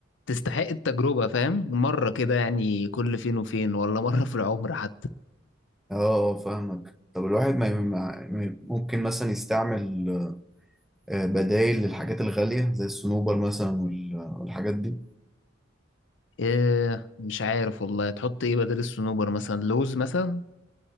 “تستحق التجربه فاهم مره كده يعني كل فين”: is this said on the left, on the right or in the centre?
Left